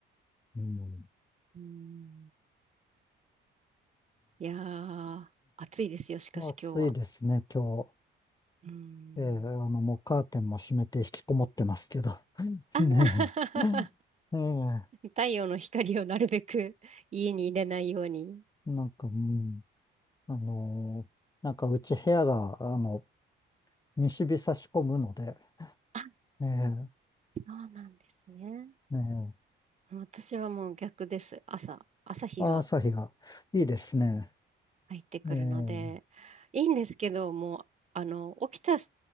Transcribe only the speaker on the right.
うん。いやー、暑いですよ、しかし今日は。
うん。
あ
<laughs>
太陽の光をなるべく家に入れないように。
あ、
そうなんですね。
私はもう逆です。朝、朝日が
入ってくるので、
いいんですけど、もう、あの、起きた、起